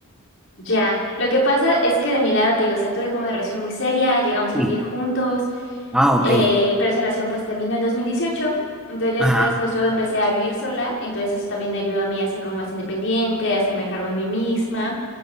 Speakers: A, on the left (about 60°); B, in the centre.
A: ya. Lo que pasa es que de mi lado te digo, o sea, tuve como una relación muy seria, llegamos a
B: Sí.
A: vivir juntos.
B: Ah, ok.
A: Eh, pero esa relación pues terminó en dos mil dieciocho Entonces ya después
B: Ajá.
A: pues yo empecé a vivir sola. Entonces eso también me ayudó a mí a ser como más independiente, a hacerme cargo de mí misma.